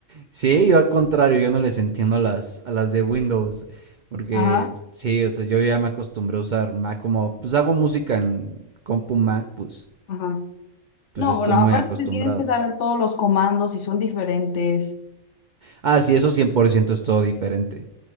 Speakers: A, on the right; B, on the left.
A: Sí, yo al contrario, yo no les entiendo a las, a las de Windows, porque
B: Ajá,
A: sí, o sea, yo ya me acostumbré a usar Mac como, pues hago música en compu Mac, pues,
B: ajá.
A: pues
B: No,
A: estoy
B: bueno,
A: muy
B: aparte
A: acostumbrado.
B: te tienes que saber todos los comandos y son diferentes.
A: Ah, sí, eso 100% es todo diferente,